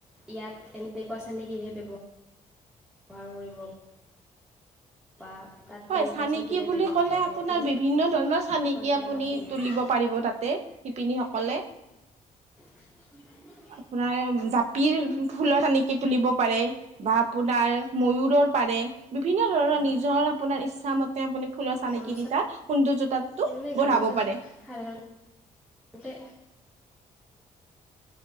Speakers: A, in the centre; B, on the right (about 55°).
A: ইয়াত এনেকুৱা চেনেকীহে ব্যৱহাৰ কৰিব বা তাত
B: হয়
A: তেনেকুৱা
B: চানেকি
A: চানেকিৰহে
B: বুলি
A: ব্যৱহাৰ কৰিব
B: আপোনাৰ
A: তেনেকুৱা
B: বিভিন্ন ধৰণৰ চানেকি
A: কিবা
B: আপুনি
A: আছে নেকি
B: তুলিব পাৰিব তাতে। শিপিনীসকলে।
A: <unintelligible>
B: আপোনাৰ জাপিৰ ফুলৰ চানেকি তুলিব পাৰে বা আপোনাৰ ময়ুৰৰ পাৰে। বিভিন্ন ধৰণৰ
A: হয়
B: নিজৰ আপোনাৰ ইচ্ছামত তেওঁ আপুনি ফুলৰ চানেকি
A: গামোচাত
B: দি তাত সৌন্দৰ্যটো
A: মানে গামোচাত
B: বনাব পাৰে।
A: সাধাৰণতে